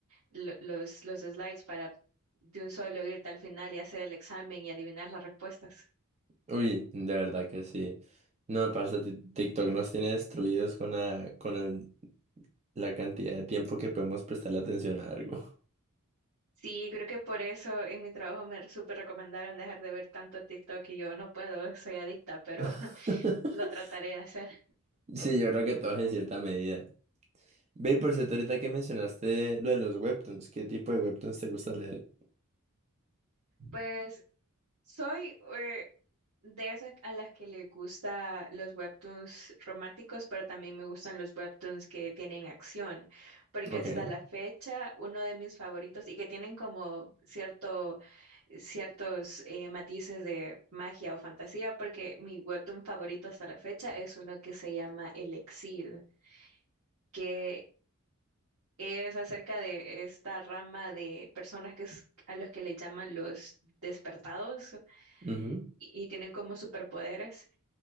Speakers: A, on the right; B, on the right.
A: lo- los, los slides para de un solo irte al final y hacer el examen y adivinar las respuestas.
B: Uy, de verdad que sí. No, parce, ti- TikTok nos tiene destruidos con la, con el- la cantidad de tiempo que podemos prestarle atención a algo.
A: Sí, creo que por eso en mi trabajo me súper recomendaron dejar de ver tanto TikTok y yo no puedo, soy adicta, pero <laughs>
B: <laughs>
A: lo trataré de hacer.
B: Sí, yo creo que todos en cierta medida. Ve, y por cierto, ahorita que mencionaste lo de los webtoons, ¿qué tipo de webtoons te gusta leer?
A: Pues Soy eh, de esas a las que le gusta los webtoons románticos, pero también me gustan los webtoons que tienen acción, porque
B: Ok.
A: hasta la fecha uno de mis favoritos y que tienen como cierto, ciertos eh, matices de magia o fantasía, porque mi webtoon favorito hasta la fecha es uno que se llama El Exil, que es acerca de esta rama de personas que es- a los que le llaman los despertados
B: ujú.
A: y, y tienen como superpoderes